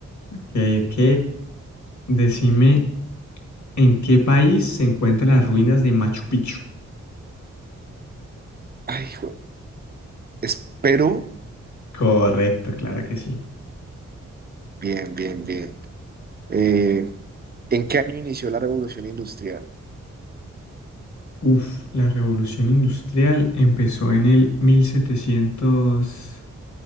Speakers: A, on the left; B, on the right.
A: Ok, ok. Decime, ¿en qué país se encuentran las ruinas de Machu Picchu?
B: Ay, hijo, espero.
A: Correcto, claro que sí.
B: Bien, bien, bien. Eh, ¿en qué año inició la revolución industrial?
A: Uf, la revolución industrial empezó en el mil setecientos